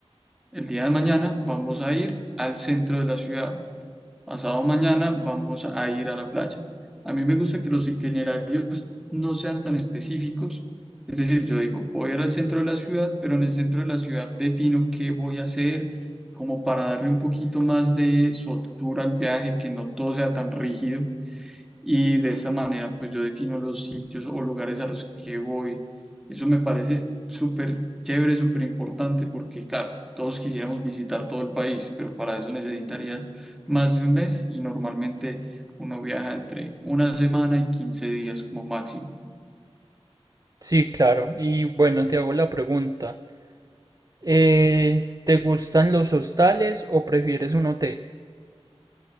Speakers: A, in the centre; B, on the right.
A: El día de mañana vamos a ir al centro de la ciudad. Pasado mañana vamos a ir a la playa. A mí me gusta que los itinerarios no sean tan específicos. Es decir, yo digo, voy a ir al centro de la ciudad, pero en el centro de la ciudad defino qué voy a hacer, como para darle un poquito más de soltura al viaje, que no todo sea tan rígido. Y de esta manera, pues yo defino los sitios o lugares a los que voy. Eso me parece súper chévere, súper importante, porque, claro, todos quisiéramos visitar todo el país, pero para eso necesitarías más de un mes y normalmente uno viaja entre una semana y 15 días como máximo.
B: Sí, claro. Y bueno, te hago la pregunta. Eh, ¿te gustan los hostales o prefieres un hotel?